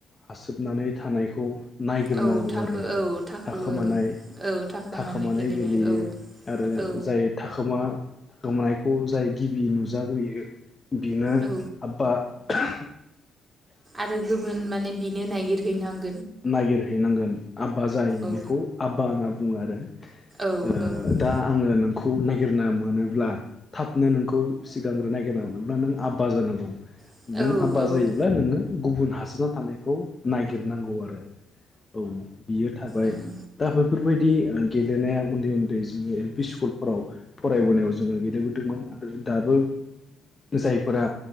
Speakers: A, on the left; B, on the right.
A: आसोबनानै थानायखौ नायगिरनांगौ
B: औ थाखो
A: आरो
B: औ थाखो
A: थाखोमानाय
B: औ थाखो
A: थाखोमानाय
B: माने गेलेनाय
A: गेलेयो
B: औ
A: आरो
B: औ
A: जाय थाखोमा गोमानायखौ जाय गिबि नुजाग्रोयो बेनो
B: औ
A: आब्बा <unintelligible>
B: आरो गुबुन माने बिनो नायगिरहैनांग
A: नागिरहैनांगोन आब्बा जाहैयो
B: औ
A: बेखौ आब्बा होना बु बुङो आरो
B: औ
A: ओ दा आङो नों खौ नायगिरना मोनोब्ला थाबनो नोंखौ सिगांग्रो नायगि नायगिरना मोनोब्ला नों आब्बा जानांगौ।
B: औ
A: नों
B: औ
A: आब्बा
B: औ
A: जायोब्ला नोङो गुबुन हा सोना थानायखौ नायगिरनांगौ आरो ओ औ बियो थाबाय
B: उम
A: दा बेफोरबायद दि ओ गेलेनाया उन्दै उन्दै जोङो एल पि स्कुलफोराव फरायबोनायाव जोङो गेलेबोदोंमोन आरो दाबो जायफोरा